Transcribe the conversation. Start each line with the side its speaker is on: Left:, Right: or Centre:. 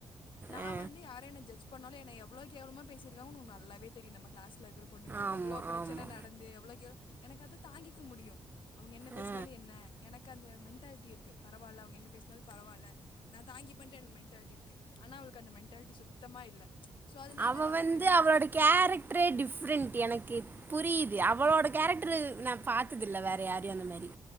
Left: நா
Right: ஆ,
Left: வந்து யாரையு என்ன ஜட்ஜ் பண்ணாலு என்னை எவ்ளோ கேவலமா பேசிருக்கா நல்லாவே தெரியு நம்ம கிளாஸ் ட்ல இக்கற பொண்ணுங்க
Right: ஆமா
Left: எவ்ளோ பிரச்சன
Right: ஆமா
Left: நடந்து எவ்ளோ கேள் எனக்கு அது தாங்கிக்க முடியு அவுங்க என்ன பேஸ்னாலு
Right: ஆ,
Left: என்ன எனக்கு அந்த மெண்டேல்டி இருக்கு பரவால்ல அவுங்க என்ன பேஸ்னாலு பரவால்ல நா தங்கிப்பன்ட்டு எனக்கு மெண்டேல்டி இருக்கு ஆன் னா அவுளுக்கு அந்த மெண்டேல்டி சுத்தமா இல்ல ஸோ, அதனால
Right: அவ வந்து
Left: எப்படி
Right: அவளோட
Left: சொ
Right: கேரக்ட்ரே டிஃப்ரெண்ட் எனக்கு புரிது அவளோட கேரக்ட்ரு நா பாத்ததில்ல வேற யாரையு அந்தமாரி